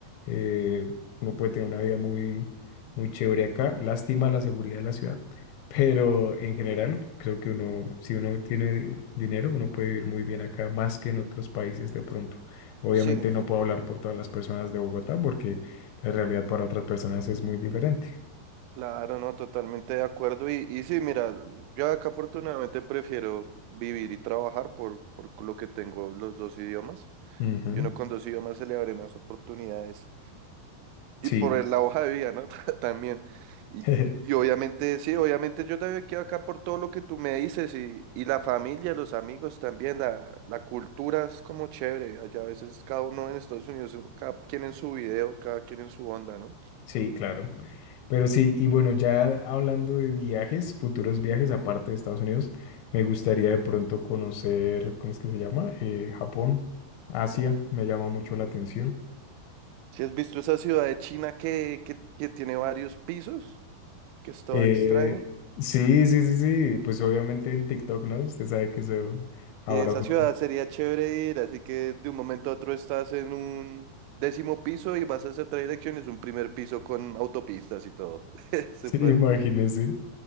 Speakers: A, on the left; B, on the right.
A: eh, uno puede tener una vida muy, muy chévere acá. Lástima la seguridad de la ciudad, pero en general, creo que uno, si uno tiene di- dinero, uno puede vivir muy bien acá, más que en otros países de pronto. Obviamente
B: Sí,
A: no puedo hablar por todas las personas de Bogotá, porque la realidad para otras personas es muy diferente.
B: claro, no, totalmente de acuerdo. Y, y sí, mira, yo acá afortunadamente prefiero vivir y trabajar por, por lo que tengo los dos idiomas.
A: Ujú,
B: Y uno con dos idiomas se le abre más oportunidades Y
A: Sí,
B: por el- la hoja de vida, ¿no? <laughs> También. Y,
A: <laughs>
B: y obviamente, sí, obviamente yo también quedo acá por todo lo que tú me dices y, y la familia, los amigos también, la, la cultura es como chévere. Allá a veces cada uno en Estados Unidos, cada quien en su video, cada quien en su onda, ¿no?
A: sí, claro. Pero sí, y bueno, ya hablando de viajes, futuros viajes aparte de Estados Unidos, me gustaría de pronto conocer, ¿cómo es que se llama? Eh, Japón, Asia,
B: Bueno,
A: me llama mucho la atención.
B: Si has visto esa ciudad de China que, que, que tiene varios pisos, que es toda
A: Eh,
B: extraña.
A: sí, sí, sí, sí, pues obviamente en TikTok, ¿no? Usted sabe que eso ahora
B: Y esa
A: uno,
B: ciudad
A: <laughs>
B: sería chévere ir, así que de un momento a otro estás en un décimo piso y vas hacia otra dirección, y es un primer piso con autopistas y todo. <laughs> Súper.
A: sí, imagínese.